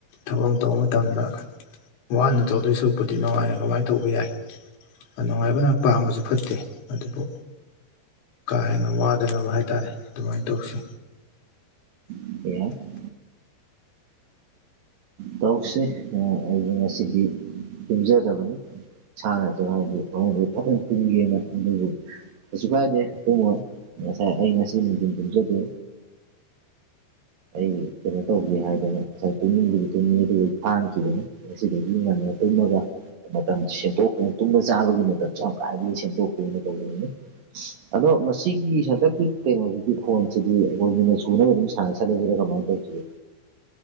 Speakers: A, on the left; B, on the right.
A: ꯊꯕꯥꯛ ꯇꯧꯕ ꯃꯇꯝꯗ ꯋꯥꯅ ꯇꯧꯗꯣꯏ ꯁꯁꯨꯛꯄꯨꯗꯤ ꯅꯨꯡꯉꯥꯏꯅꯨꯡꯉꯥꯏꯅ ꯇꯧꯕ ꯌꯥꯏ ꯅꯨꯡꯉꯥꯏꯕꯅ ꯄꯥꯝꯕꯁꯨ ꯐꯠꯇꯦ ꯑꯗꯨꯕꯨ ꯀꯥꯍꯦꯟꯅ ꯋꯥꯗꯅꯕ ꯍꯥꯏꯇꯥꯔꯦ ꯑꯗꯨꯃꯥꯏꯅ ꯇꯧꯁꯤ
B: <unintelligible> ꯇꯧꯁꯦ ꯑꯩ ꯉꯁꯤꯗꯤ ꯇꯨꯝꯖꯗꯕꯅꯤ ꯁꯥꯟꯅꯁꯨ ꯍꯥꯏꯗꯤ ꯊꯑꯣꯣꯡꯗꯗꯤ ꯐꯖꯅ ꯇꯤꯡꯒꯦꯅ ꯑꯗꯨꯕꯨ ꯀꯩꯁꯨ ꯀꯥꯏꯗꯦ ꯇꯨꯝꯃꯣꯏ ꯉꯁꯥꯏ ꯑꯩ ꯉꯁꯤ ꯅꯨꯡꯊꯤꯟ ꯇꯨꯝꯖꯗꯦ ꯑꯩ ꯀꯩꯅꯣ ꯇꯧꯒꯦ ꯍꯥꯏꯗꯅ ꯉꯁꯥꯏ ꯇꯨꯝꯅꯤꯡꯕꯗꯤ ꯇꯨꯝꯅꯤꯡꯉꯤ ꯑꯗꯨꯒ ꯑꯩ ꯐꯥꯡꯈꯤꯕꯅꯤ ꯉꯁꯤꯗꯤ ꯉꯟꯅ ꯇꯨꯝꯃꯒ ꯃꯇꯝ ꯁꯦꯝꯗꯣꯛꯀꯦ ꯇꯨꯝꯅ ꯆꯥꯕꯒꯤ ꯃꯇꯝꯁꯦ ꯌꯥꯝ ꯀꯥꯏꯗ ꯁꯦꯝꯗꯣꯛꯀꯦꯅ ꯇꯧꯖꯅꯤ ꯑꯗꯣ ꯃꯁꯤꯒꯤ ꯍꯟꯗꯛꯀꯤ ꯀꯩꯅꯣꯁꯤꯗꯤ ꯈꯣꯟꯁꯤꯗꯤ ꯑꯩꯈꯣꯏ ꯃꯤꯅ ꯁꯨꯅꯕ ꯑꯗꯨꯝ ꯁꯥꯟꯅꯁꯤ ꯑꯗꯨꯒꯤꯗꯣ ꯀꯥꯃꯥꯏ ꯇꯧꯈꯤꯒꯦ